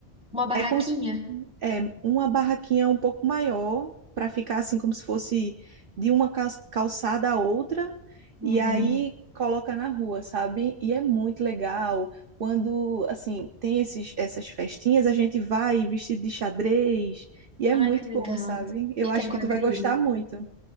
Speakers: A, in the centre; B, on the right.
A: Uma barraquinha?
B: é como se é, uma barraquinha um pouco maior, para ficar assim, como se fosse de uma cal- calçada a outra,
A: Uhum.
B: e aí coloca na rua, sabe? E é muito legal. Quando, assim, tem esses, essas festinhas, a gente vai vestido de xadrez, e é
A: Ai,
B: muito
A: que legal.
B: bom, sabe? Eu
A: E tem
B: acho
A: quadrilha?
B: que tu vai gostar muito.